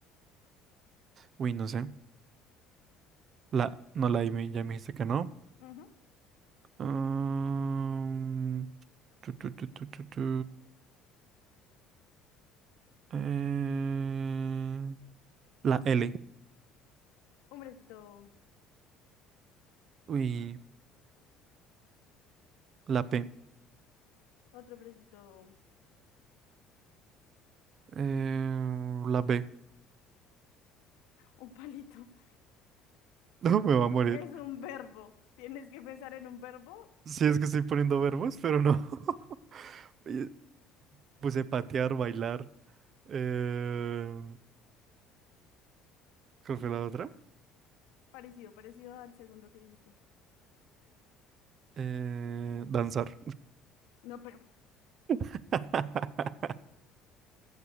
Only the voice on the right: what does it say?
uy, no sé. La, no, la I me- ya me dijiste que no.
Mm, tu, tu, tu, tu, tu, tu. Eh, la L.
Uy, la P.
Eh, la B. <laughs>
No, me va a morir.
Si es que estoy poniendo verbos, pero no. <laughs> Oye, Puse patear, bailar. Eh, ¿cuál fue la otra?
Eh, danzar.
<laughs>